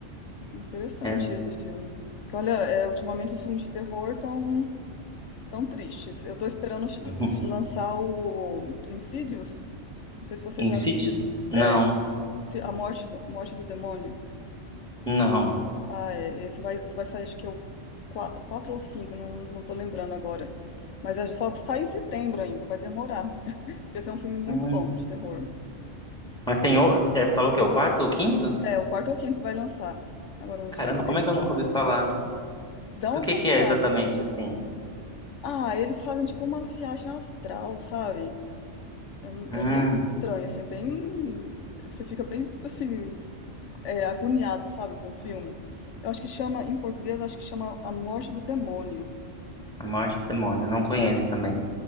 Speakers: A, on the left (about 80°); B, in the centre.
A: Interessante
B: É
A: esse filme. Porque, olha, é, ultimamente os filmes de terror tão tão tristes. Eu tô esperando ch-
B: <laughs>
A: lançar o Insidious. Não sei se você
B: incidido.
A: já...
B: Não,
A: É, se- A Morte, do- Morte do Demônio.
B: não.
A: Ah, é. Esse vai, esse vai sair, acho que é o qua- quatro ou cinco, não, não tô lembrando agora. Mas é só sai em setembro ainda, vai demorar. Porque esse é um filme muito
B: Hum.
A: bom de terror.
B: Mas tem outro, é, falou que é o quarto ou o quinto?
A: É, o quarto ou quinto que vai lançar agora no
B: Caramba,
A: cinema.
B: como
A: É,
B: é que eu nunca ouvi falar?
A: dá
B: Do
A: uma
B: que
A: procurada
B: que é exatamente,
A: aí.
B: assim?
A: Ah, eles fazem tipo uma viagem astral, sabe? É,
B: Hum,
A: é meio estranho, assim, é bem. Você fica bem, assim, é, agoniado, sabe, com o filme. Eu acho que chama, em português, acho que chama A Morte do Demônio.
B: a morte do demônio, não conheço
A: É,
B: também.